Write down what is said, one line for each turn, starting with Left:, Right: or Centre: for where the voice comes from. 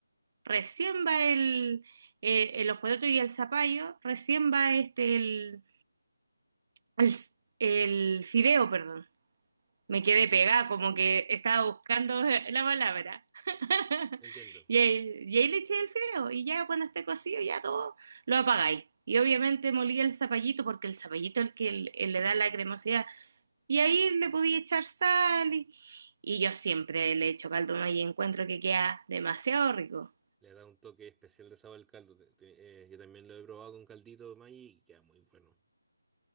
Right: recién va el, eh, eh, los porotos y el zapallo, recién va este, el, el, el fideo, perdón. Me quedé pegada, como que estaba buscando la palabra. <laughs>
Centre: entiendo.
Right: Y ahí, y ahí le eché el fideo y ya cuando esté cocido ya todo lo apagáis. Y obviamente molí el zapallito porque el zapallito es el que le le da la cremosidad. Y ahí le podía echar sal y, y yo siempre le echo caldo de maíz y encuentro que queda demasiado rico.
Centre: Le da un toque especial de sabor al caldo. Te- te- eh, yo también lo he probado con caldito de maíz y queda muy bueno.